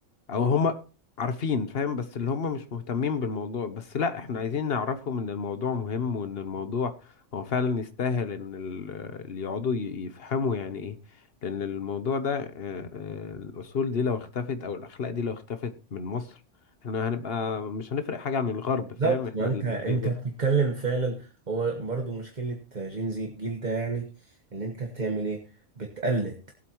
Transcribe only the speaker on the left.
او هم عارفين فاهم بس اللي هم مش مهتمين بالموضوع بس لا احنا عايزين نعرفهم ان الموضوع مهم وان الموضوع هو فعلا يستاهل ان ال- اللي يقعدوا ي- يفهموا يعني ايه لان الموضوع ده آه، آه، الاصول دي لو اختفت او الاخلاق دي لو اختفت من مصر احنا هنبقى مش هنفرق حاجة عن الغرب فاهم
احنا
ال...
ب- ب-